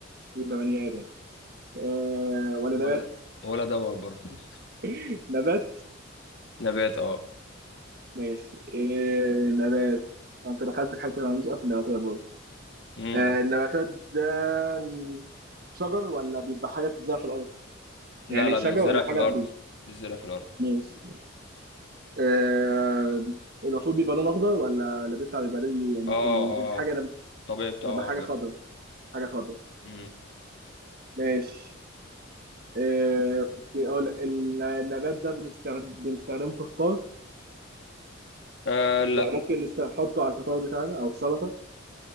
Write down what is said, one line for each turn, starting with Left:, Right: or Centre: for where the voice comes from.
Right: يبقى بني ادم آه ولا
Left: ولا
Right: نبات
Left: ولا دور برضه <laughs>
Right: <laughs> نبات
Left: نبات اه
Right: ماشي آه نبات انت دخلت في حته انا ماليش قوي في النباتات برضه
Left: امم
Right: آه النباتات ده م، شجر ولا بيبقى حاجه تتزرع في الارض
Left: لا
Right: يعني
Left: لا
Right: شجر
Left: بيتزرع
Right: ولا حاجه
Left: في الارض
Right: بي...
Left: بيتزرع في الارض
Right: ماشي آه المفروض بيبقى لون اخضر ولا اللي بيطلع بيبقى ليه يعني
Left: اه
Right: ال- الحاجه
Left: اه
Right: لما
Left: الطبيعي بتاعه
Right: بتبقى حاجه
Left: اخضر
Right: خضر حاجه خضر
Left: امم
Right: ماشي آه أوكي، اقول لك، النبات ده بنستخد- بنستخدمه في فطار
Left: آه لا
Right: يعني ممكن نست- نحطه على الفطار بتاعنا او السلطه